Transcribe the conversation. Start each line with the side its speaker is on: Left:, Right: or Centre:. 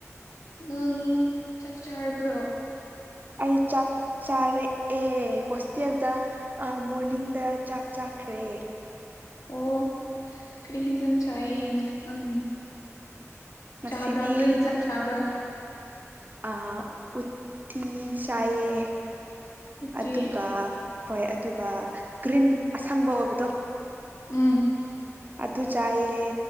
Left: ꯅꯪ ꯆꯥꯛ ꯆꯔꯕ꯭ꯔꯣ
Right: ꯑꯩ ꯆꯥꯛ ꯆꯥꯔꯛꯑꯦ ꯍꯣꯁꯇꯦꯜꯗ ꯃꯣꯔꯅꯤꯡꯗ ꯆꯥꯛ ꯆꯥꯈ꯭ꯔꯦ
Left: ꯑꯣ ꯀꯔꯤꯍꯤꯖꯟ ꯆꯥꯏꯅ ꯎꯝ
Right: ꯉꯁꯤꯗꯤ
Left: ꯆꯥꯕ꯭ꯔꯥ ꯀꯩ ꯍꯤꯖꯥꯡ ꯆꯥꯕ꯭ꯔꯥ
Right: ꯑ ꯎꯠꯇꯤ ꯆꯥꯏꯌꯦ
Left: ꯎꯇꯤ
Right: ꯑꯗꯨꯒ ꯍꯣꯏ ꯑꯗꯨꯒ ꯒ꯭ꯔꯤꯟ ꯑꯁꯪꯕ ꯑꯣꯏꯕꯗꯣ
Left: ꯎꯝ
Right: ꯑꯗꯨ ꯆꯥꯏꯌꯦ